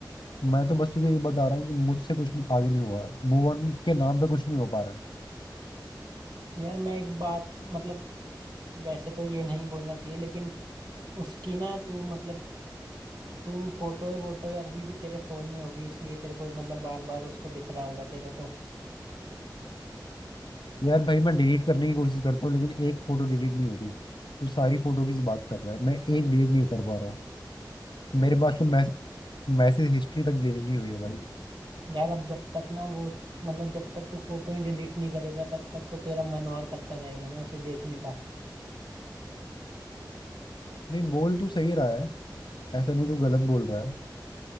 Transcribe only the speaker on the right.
यार मैं एक बात मतलब वैसे तो ये नहीं बोलना चाहिए लेकिन उसकी ना तू मतलब तू फोटो है वोटो है अभी भी तेरे फोन में होगी इसलिए तेरे को मतलब बार बार उसको दिख रहा होगा तेरे को
यार अब जब तक ना वो मतलब जब तक तू फोटो ही डिलीट नहीं करेगा तब तक तो तेरा मन और करता रहेगा ना उसे देखने का